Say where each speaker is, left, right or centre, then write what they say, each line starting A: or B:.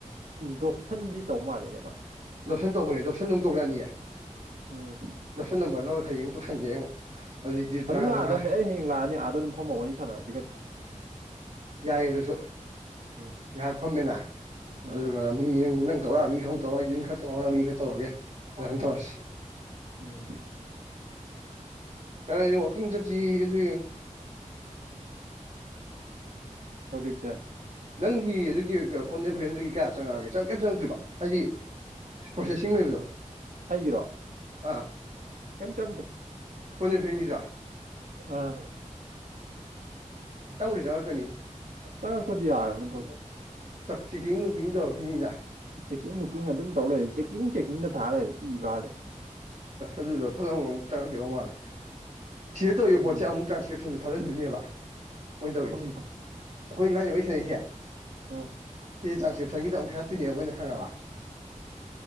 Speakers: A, on the right (about 80°); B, on the right (about 45°).
A: ꯗꯣꯛꯁꯟꯗꯤ ꯇꯧ ꯃꯥꯜꯂꯦꯅꯦꯕ
B: ꯗꯣꯔꯁꯟ ꯇꯧꯕꯅꯦ ꯗꯣꯔꯁꯟ ꯧ ꯇꯧ ꯌꯥꯅꯤꯌꯦ
A: ꯎꯝ
B: ꯗꯣꯔꯁꯟ ꯅꯝꯕꯔ ꯂꯧꯔꯒ ꯍꯥꯏꯌꯦꯡꯨꯝ ꯗꯣꯔꯁꯥꯟꯒꯌꯥ ꯑꯃꯨꯛ ꯑꯗꯨꯗꯤ ꯇꯔꯥꯃꯉꯥ
A: ꯑꯗꯨꯝ ꯂꯥꯛꯑꯗꯕꯅꯦ ꯑꯩ ꯍꯌꯦꯡ ꯂꯥꯛꯑꯅꯤ ꯑꯥꯗ ꯑꯗꯨꯝ ꯐꯝꯃ ꯋꯥꯔꯤ ꯁꯥꯟꯅꯔꯁꯤ ꯀꯩꯅꯣ
B: ꯌꯥꯏꯌꯦ ꯑꯗꯨꯁꯨ
A: ꯎꯝ
B: ꯉꯥꯏꯍꯥꯛ ꯐꯝꯃꯦꯅ ꯑꯗꯨꯒ
A: ꯎꯝ
B: ꯃꯤ ꯅꯪ ꯇꯧꯔꯃꯤꯈ ꯇꯧꯔꯏꯁꯨ ꯈꯛꯇꯉ ꯃꯤ ꯈ ꯇꯧꯔꯒꯦ ꯑꯗꯨꯃꯥꯏꯅ
A: ꯎꯝ
B: ꯇꯧꯔꯁꯤ
A: ꯎꯝ
B: ꯀ ꯋꯥꯀꯤ ꯆꯗꯤ ꯊ
A: <unintelligible> ꯍꯧꯖꯤ ꯆꯦ
B: ꯅꯪꯒꯤ ꯑꯗꯨꯒꯤ ꯐꯣꯟꯗ ꯐ꯭ꯔꯦꯟꯗꯨꯒꯤ ꯀꯌꯥ ꯆꯪꯉꯛꯑꯒꯦ ꯆꯪꯉ ꯀꯩꯝ ꯆꯪꯉꯛꯇ꯭ꯔꯤꯕ ꯍꯥꯏꯗꯤ ꯄ꯭ꯔꯣꯁꯦꯁꯤꯡ ꯂꯩꯕꯗꯣ
A: ꯑꯩꯒꯤꯔꯣ
B: ꯑꯥ
A: ꯀꯦꯝ ꯆꯪꯗ
B: ꯐꯣꯏꯅꯦ ꯐꯦꯟꯒꯤꯁ
A: ꯑꯥ
B: ꯆꯪꯕꯨꯗꯤ ꯆꯪꯉꯛꯀꯅꯤ
A: ꯆꯉꯣ ꯈꯨꯗꯤ ꯌꯥꯔꯕꯅꯤ ꯄꯨꯁ
B: ꯆꯥꯛ ꯆꯦꯛꯀꯤꯡ ꯅꯨꯡꯀꯤꯡ ꯇꯧꯔꯛꯈꯤꯅꯤꯅ
A: ꯆꯦꯛꯀꯤꯡ ꯋꯨꯛꯀꯤꯡ ꯑꯗꯨꯝ ꯇꯧ ꯂꯩꯔꯦ ꯆꯦꯛꯀꯤꯡ ꯆꯦꯛꯀꯤꯡꯗ ꯊꯥꯔ ꯂꯩꯔꯦ ꯏ ꯈꯥꯔꯦ
B: ꯑꯗꯨꯗ ꯐꯠꯂꯝ ꯑꯃꯨꯛ ꯆꯉꯀꯩꯗꯧ ꯃꯥꯜꯂꯦ ꯁꯤꯗ ꯇꯧꯔꯤꯕ
A: ꯎꯝ
B: ꯄꯣꯠꯁꯦ ꯑꯃꯨꯛ ꯇ꯭ꯔꯥꯟꯁꯀ꯭ꯔꯤꯞ ꯁꯣꯝꯗ ꯊꯥꯖꯤꯟꯗꯣꯏꯅꯦꯕ ꯃꯣꯏꯅ ꯇꯧꯔꯤꯁꯦ
A: ꯈꯪꯗꯦ
B: ꯑꯩꯈꯣꯏ ꯏꯃꯥꯅꯤ ꯃꯣꯏ ꯁꯥꯟꯅꯔꯤꯁꯦ
A: ꯑ
B: ꯁꯤ ꯇ꯭ꯔꯥꯟꯁꯀ꯭ꯔꯤꯞꯁꯟꯒꯤꯗ ꯑꯃꯨꯛ ꯊꯥꯒꯛꯇꯤꯅꯦ ꯃꯣꯏꯅ ꯈꯪꯉꯕ